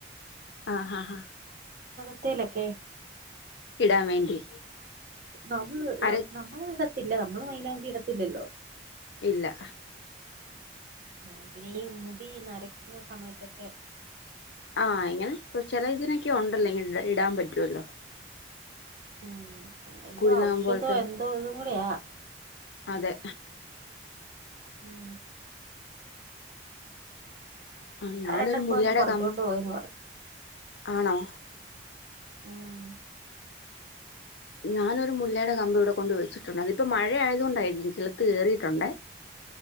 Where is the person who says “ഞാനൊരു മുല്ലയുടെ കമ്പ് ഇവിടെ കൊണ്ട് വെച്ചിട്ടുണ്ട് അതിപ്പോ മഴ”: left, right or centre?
Left